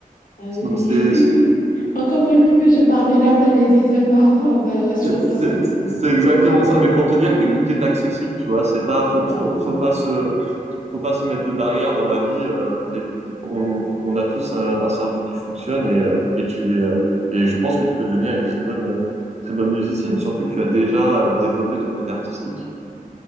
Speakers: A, on the left; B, on the right.
A: Ah oui.
B: Donc, c'est, c'est-
A: <laughs> Encore faut-il que je parvienne à faire les 10 heures par mois. Bah, euh, je comprends
B: c'est
A: ce que tu dis.
B: c'est exactement
A: <laughs>
B: ça, mais pour te dire
A: Tout
B: que tout est accessible, tu vois, c'est pas, faut,
A: à
B: faut, faut
A: fait.
B: pas se, faut pas se mettre de barrière dans la vie. euh, t'es- on, on a tous un, un cerveau qui fonctionne et, euh, et tu es, euh, et je pense que tu peux devenir une très bonne, euh, très bonne musicienne, surtout que tu as déjà euh, développé ton côté artistique.